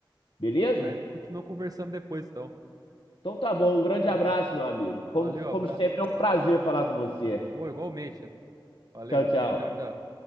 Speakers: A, on the left; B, on the right.
A: beleza?
B: Aí continua conversando depois, então.
A: Então tá bom, um grande
B: Fechou.
A: abraço, meu amigo. Como,
B: Valeu, abraço.
A: como sempre, é um prazer falar com você.
B: Pô, igualmente. Valeu.
A: Tchau, tchau.
B: Tchau, tchau, tchau.